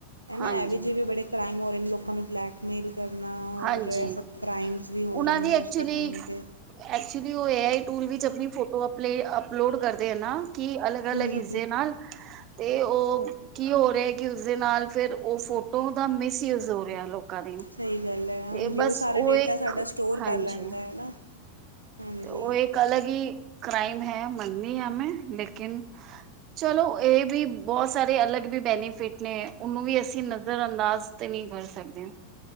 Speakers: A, on the right; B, on the right.
A: ਐ ਨਾ
B: ਹਾਂਜੀ
A: ਐਵੀ ਜਿਵੇਂ ਬੜੇ ਕ੍ਰਾਈਮ ਹੋ ਰੇ ਨੇ ਲੋਕਾਂ ਨੂੰ ਬਲੈਕਮੇਲ ਕਰਨਾ ਹੋ
B: ਹਾਂਜੀ
A: ਰਿਹਾ <inaudible> ਸਭ ਕ੍ਰਾਈਮਸ ਵੀ ਹੋ
B: ਉਹਨਾਂ
A: ਰਹੇ ਨੇ
B: ਦੀ ਐਕਚੁਲੀ
A: ਅੱਜ ਦੇ ਟਾਈਮ 'ਤੇ।
B: ਐਕਚੁਲੀ, ਉਹਏ ਆਈ ਟੂਲ ਵਿਚ ਆਪਣੀ ਫੋਟੋ ਅਪਲੇ ਅਪਲੋਡ ਕਰਦੇ ਆ ਨਾ ਕਿ ਅਲਗ- ਅਲਗ।
A: ਹੂੰ
B: ਜੇ ਨਾਲ, ਤੇ ਉਹ ਕੀ ਹੋ ਰਿਹਾ ਕਿ ਉਸਦੇ ਨਾਲ ਫਿਰ, ਉਹ ਫੋਟੋ ਦਾ ਮਿਸਯੂਜ ਹੋ ਰਿਹਾ ਲੋਕਾਂ ਦੀ।
A: ਸਹੀ ਗੱਲ ਹੈ, ਹਾਂਜੀ!
B: ਤੇ ਬਸ
A: ਉਹ ਸਾਰਾ ਡੇਟਾ
B: ਇੱਕ
A: ਸਾਡਾ ਸਟੋਰ
B: ਹਾਂਜੀ
A: ਕਰ ਲੈਂਦਾ ਹੈ ਨਾ। ਹਾਂਜੀ
B: ਤੇ ਉਹ ਇਹ ਗੱਲ ਹੈ ਕਿ, ਕ੍ਰਾਈਮ ਹੈ ਮੰਨਦੀ ਹਾਂ ਮੈਂ, ਲੇਕਿਨ ਚਲੋ ਇਹ ਵੀ ਬਹੁਤ ਸਾਰੇ ਅਲੱਗ ਵੀ ਬੈਨੀਫਿਟ ਨੇ। ਉਹਨੂੰ ਵੀ ਅਸੀਂ ਨਜ਼ਰ ਅੰਦਾਜ਼ ਤੇ ਨਹੀਂ ਕਰ ਸਕਦੇ।